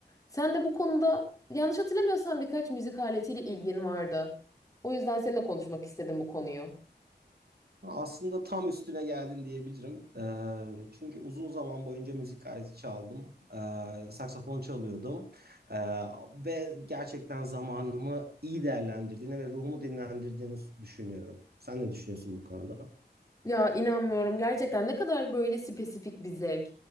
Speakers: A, on the left; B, on the right.
A: Sen de bu konuda yanlış hatırlamıyorsam birkaç müzik aletiyle ilgin vardı. O yüzden seninle konuşmak istedim bu konuyu.
B: Aslında tam üstüne geldin diyebilirim. Ee, çünkü uzun zaman boyunca müzik aleti çaldım. Ee, saksafon çalıyordum. Ee, ve gerçekten zamanımı iyi değerlendirdiğini ve ruhumu dinlendirdiğini düşünüyorum. Sen ne düşünüyorsun bu konuda?
A: Ya inanmıyorum. Gerçekten ne kadar böyle spesifik bir zevk.